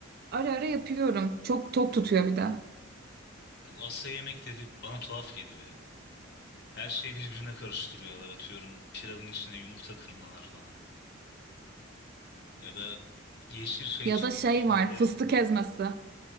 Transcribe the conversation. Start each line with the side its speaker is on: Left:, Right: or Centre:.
Right: Ara ara yapıyorum. Çok tok tutuyor bir de.
Left: Ya Bu Asya yemekleri bana tuhaf geliyor ya. Her şeyi birbirine karıştırıyorlar atıyorum. Pilavın içine yumurta kırmalar falan. Ya da yeşil çay
Right: Ya da şey
Left: içinde
Right: var fıstık ezmesi.